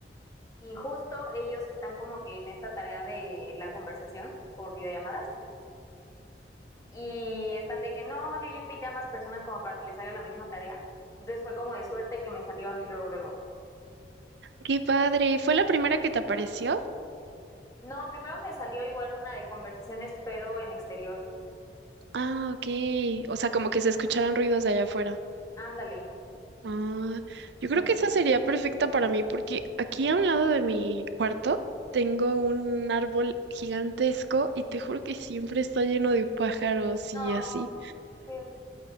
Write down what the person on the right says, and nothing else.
Qué padre. ¿Fue la primera que te apareció?
Ah, ok. O sea, como que se escucharan ruidos de allá afuera.
Ah,
yo creo que esa sería perfecta para mí porque aquí a un lado de mi cuarto tengo un árbol gigantesco y te juro que siempre está lleno de pájaros
y así.